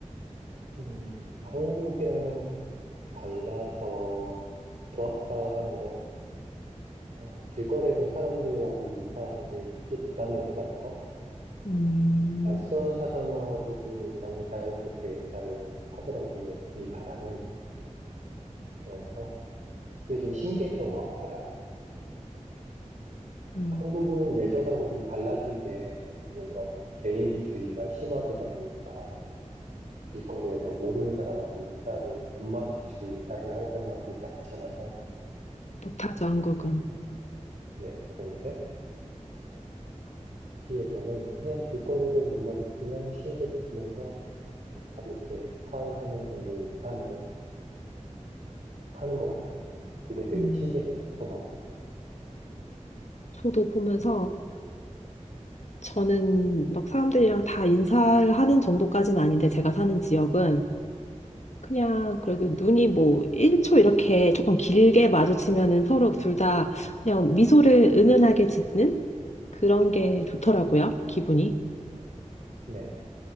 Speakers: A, on the right; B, on the left.
A: 음, 한국이랑 달라서 좋았다 하는 건, 어, 길거리에서 사람들하고 인사하는 게 크게 부담이 없다는 거?
B: 음,
A: 낯선 사람하고도 너무 자연스럽게 인사를 하더라고요. 이 나라는. 그래서 그게 좀 신기했던 것 같아요.
B: 음,
A: 한국은 예전하고 좀 달라진 게 요즘은 너무 개인주의가 심화되다 보니까 길거리에서 모르는 사람하고 인사를, 눈 마주치고 인사를 하거나 그러지 않잖아요.
B: 못하죠, 한국은.
A: 네, 그런데 여기에서는 그냥 길거리에서 눈 마주치면 싱긋 웃으면서 음, 가볍게 하이 하는 정도 인사는 음, 하는 것 같아요. 그게 되게
B: 음,
A: 신기했어요. 처음 왔을 때.
B: 저도 보면서 저는 막 사람들이랑 다 인사를 하는 정도까지는 아닌데 제가 사는 지역은 그냥 그래도 눈이 뭐 1초 이렇게 조금 길게 마주치면은 서로 둘 다 그냥 미소를 은은하게 짓는 그런 게 좋더라고요, 기분이.
A: 네,